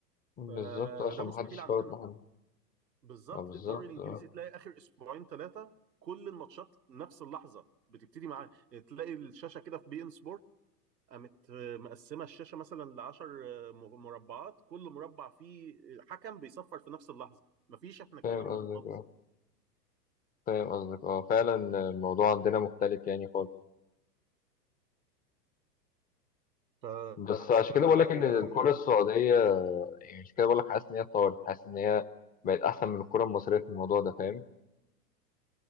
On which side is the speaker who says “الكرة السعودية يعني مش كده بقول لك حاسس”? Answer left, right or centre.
Left